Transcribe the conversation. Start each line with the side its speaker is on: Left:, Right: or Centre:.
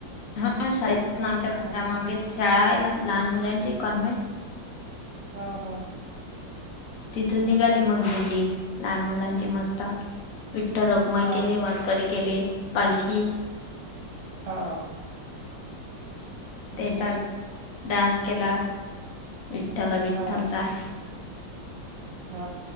Left: हा शाळेत आमच्या घरामागे
Right: हा
Left: शाळा आहे लहान मुलांची कॉन्व्हेंट.
Right: हा हा.
Left: तिथून निघाली मग दींडी लहान मुलांची मस्त. विठ्ठल रोखमाई
Right: हा
Left: केले. वारकरी केले, पालखी
Right: हा. हम्म
Left: त्याचा
Right: हम्म
Left: डान्स केला विठ्ठल, विठ्ठलचा.
Right: हा हा